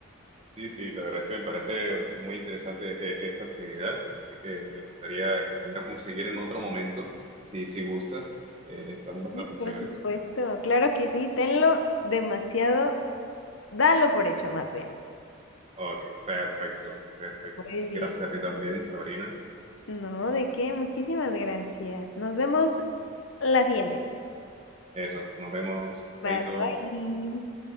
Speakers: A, on the right (about 30°); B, on the left (about 60°).
A: sí, sí, la verdad es que me parece muy interesante eh, esta actividad, así que me gustaría que pudiéramos seguir en otro momento, si, si gustas. Eh, están bastante
B: Sí, por
A: chéveres.
B: supuesto, claro que sí, tenlo demasiado Dalo por hecho, más bien.
A: Ok, perfecto, perfecto.
B: Muy
A: Gracias
B: bien.
A: a ti también, Sabrina.
B: No, ¿de qué? Muchísimas gracias. Nos vemos la siguiente.
A: Eso, nos vemos.
B: Bye,
A: Chaito.
B: bye.